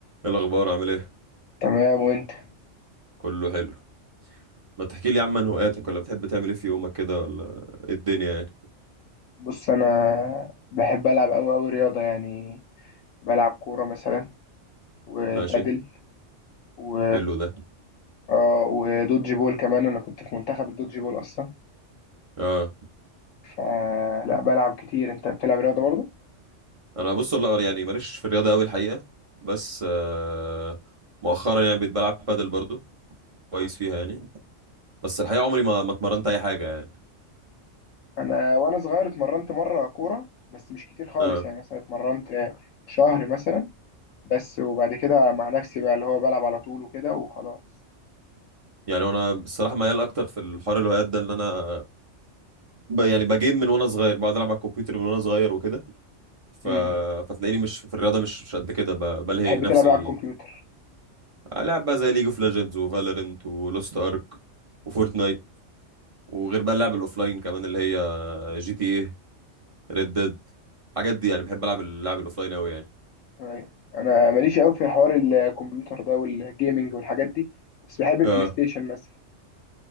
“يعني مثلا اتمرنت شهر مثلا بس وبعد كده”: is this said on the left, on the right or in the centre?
Left